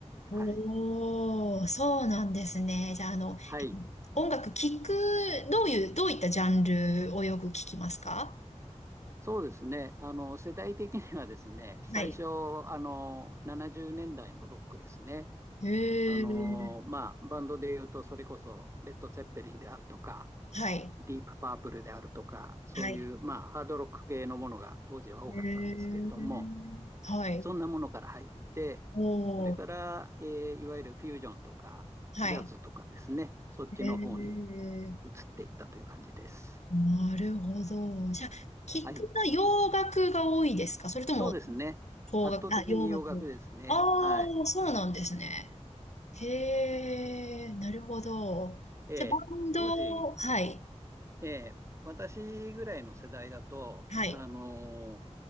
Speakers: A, on the right (about 25°); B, on the left (about 70°).
A: はい。
B: おー、そうなんですね。じゃあ、あの、
A: はい。
B: え音楽聴く、どういう、どういったジャンルをよく聴きますか
A: そうですね。あの、世代的にはですね、最初、
B: はい。
A: あの、70年代のロックですね。
B: へ
A: あのーまあ、
B: ー
A: バンドで言うと、それこそ、レッド・ツェッペリンであるとか、
B: はい。
A: ディープ・パープルであるとか、そういう、
B: はい。
A: まあ、ハードロック系のものが当時は多かったんですけれども、
B: へーはい。
A: そんなものから入って、
B: おー。
A: それから、えーいわゆるフュージョンとか、
B: はい。
A: ジャズとかですね、そっちの方に
B: へー
A: 移っていったという感じです。
B: なるほど。じゃあ、聞くの洋楽が多いですかそれとも、
A: はい。そうですね。
B: 邦楽、
A: 圧倒的に洋楽ですね。
B: あ、洋楽。ああ、
A: はい。
B: そうなんですね。へえ、なるほど。
A: ええ当時、
B: じゃあ、バンド、はい、
A: ええ私ぐらいの世代だと、
B: はい。
A: あの